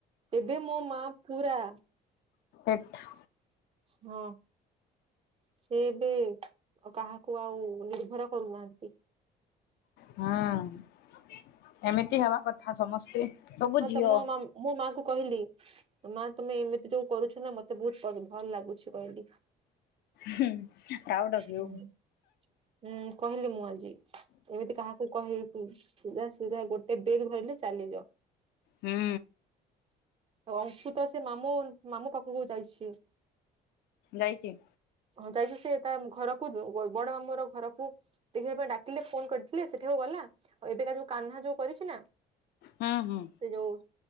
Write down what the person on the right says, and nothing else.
ଏବେ ମୋ ମା ପୁରା।
ହଁ। ସେ ଏବେ କାହାକୁ ଆଉ ନିର୍ଭର କରୁନାହାନ୍ତି।
ହଁ
ତ ମୋ ମାମୁଁ ମୋ ମା କୁ କହିଲି ମା ତମେ ଏମିତି ଯୋଉ କରୁଛ ନା ମତେ ବୋହୁତ ଭଲ ଲାଗୁଛି କହିଲି।
ହୁଁ
ହୁଁ କହିଲି ମୁଁ ଆଜି ଏମିତି କାହାକୁ କହି ତୁ ସୁଭା ସୁଭା ଗୋଟେ ବେଗ୍ କୁ ଧରିଲେ ଚାଲିଲ।
ଅଂଶୁ ତ ସେ ମାମୁଁ ମାମୁଁ ପାଖକୁ ଯାଇଛି।
ହଁ ଯାଇଛି ସେ ତା ଘରକୁ ବଡ ମାମୁଁ ର ଘରକୁ ଟିକେ ଏବେ ଡାକିଲେ ଫୋନ କରିଥିଲେ ସେଠାକୁ ଗଲା ଆଉ ଏବେକା ଯୋଉ କହ୍ନା ଯୋଉ କରିଛି ନା
ସେ ଯୋଉ